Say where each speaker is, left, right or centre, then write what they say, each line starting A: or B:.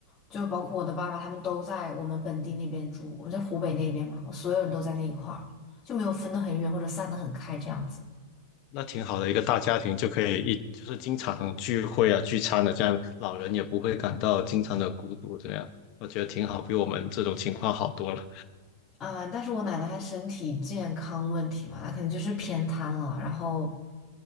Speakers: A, on the left; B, on the left.
A: 就包括我的爸爸，他们都在我们本地那边住，我们在湖北那边嘛，我所有人都在那一块儿，就没有分得很远或者散得很开这样子。
B: 那挺好的一个大家庭，就可以一就是经常聚会啊、聚餐的，这样老人也不会感到经常的孤独，这样我觉得挺好，比我们这种情况好多了。
A: 嗯，但是我奶奶她身体健康问题嘛，她可能就是偏瘫了。然后，